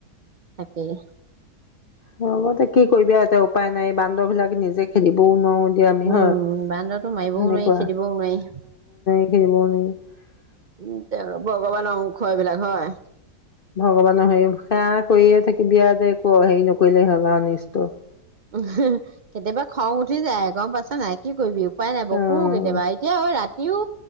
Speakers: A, on the right; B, on the left.
A: তাকেই।
B: হ'ব দে কি কৰিবি আৰু এতিয়া উপায় নাই, বান্দৰ বিলাক নিজে খেদিবও নোৱাৰো। এতিয়া আমি
A: উম
B: হয়।
A: বান্দৰতো মাৰিবও
B: সেনেকুৱা
A: নোৱাৰি, খেদিবও নোৱাৰি।
B: <unintelligible>
A: উম, তেওঁৰ ভগৱান অ খুৱাই <unintelligible> হয়।
B: ভগৱানৰ হেৰি সেৱা কৰিয়ে থাকিবি আৰু তে একো হেৰি নকৰিলে হ'ল, অনিষ্ট।
A: উ <unintelligible> কেতিয়াবা খং উঠি যায়, গম পাইচা নাই। কি কৰিবি উপাই নাই বকো
B: অ',
A: কেতিয়াবা, এতিয়া হয় ৰাতি ইও